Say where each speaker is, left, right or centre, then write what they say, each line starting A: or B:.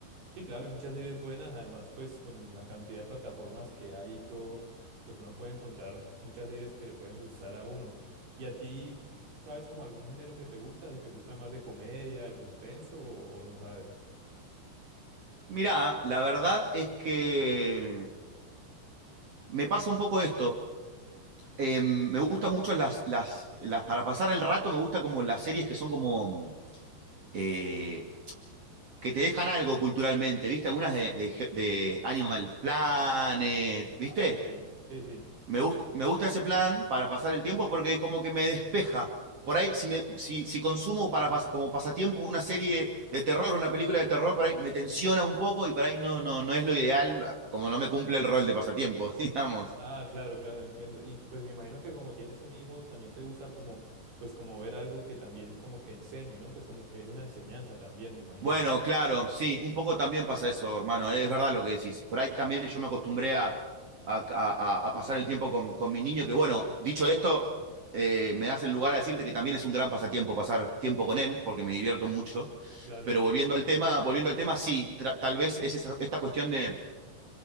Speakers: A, on the right; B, on the right.
A: Sí, claro, hay muchas series buenas, además pues con la cantidad de plataformas que hay y todo, pues uno puede encontrar muchas series que le pueden gustar a uno. ¿Y a ti, sabes como algún género que te gusta? ¿Y te gusta más de comedia, de suspenso o, o no sabes?
B: Mirá, la verdad es que me pasa un poco esto. eh, me gusta mucho las, las, las, para pasar el rato, me gusta como las series que son como, eh, que te dejan algo culturalmente, ¿viste? Algunas de, de- de Animal Planet, ¿viste?
A: Ah, ok, sí, sí.
B: Me, gust- me gusta ese plan para pasar el tiempo porque como que me despeja. Por ahí, si, me- si, si consumo para, pas- como pasatiempo una serie de terror, una película de terror, por ahí me tensiona un poco y por ahí no, no, no es lo ideal, como no me cumple el rol de pasatiempo, <laughs> digamos.
A: Ah, claro, claro, entiendo. Y pues me imagino que como tienes un hijo, también te gusta como, pues como ver algo que también como que enseñe, ¿no? Pues como que es una enseñanza también, me imagino.
B: Bueno, claro, sí, un poco también pasa eso, hermano, es verdad lo que decís. Por ahí también yo me acostumbré a, a- a- a pasar el tiempo con, con mi niño, que bueno, dicho esto, eh, me das el lugar a decirte que también es un gran pasatiempo pasar tiempo con él, porque me divierto mucho.
A: Claro.
B: Pero volviendo al tema, volviendo al tema, sí, tra- tal vez es esa- esta cuestión de,